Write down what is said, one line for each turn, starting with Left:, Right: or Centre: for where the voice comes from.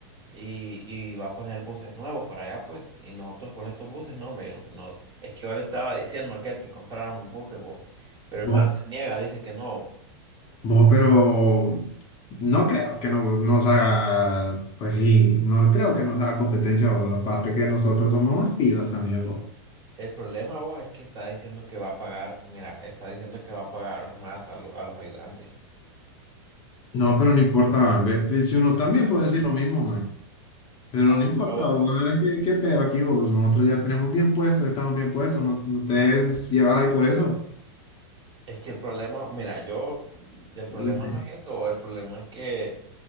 Right: y, y va a poner buses nuevos para allá, pues, y nosotros con estos buses, no, hombre, yo no, no, es que yo le estaba diciendo a aquel que compráramos buses, vos, pero el
Left: No.
Right: man se niega, dice que no.
Left: Vos, pero no creo que no- nos haga, pues sí, no creo que nos haga competencia, vos. Aparte que nosotros somos más pilas amigo
Right: El problema, vos, es que está diciendo que va a pagar, mira, está diciendo que va a pagar más a, lo- a los ayudantes.
Left: No,
Right: En-
Left: pero no importa, man. Ve- ve, Si uno también puede decir lo mismo, man. Pero no importa,
Right: pero
Left: vos. es que- ¿Qué, pedo aquí, vos? Nosotros ya tenemos bien puestos, estamos bien puestos, no, no te dejes llevar ahí por eso.
Right: es que el problema, mira, yo, el
Left: Sí,
Right: problema
Left: man.
Right: no es eso, el problema es que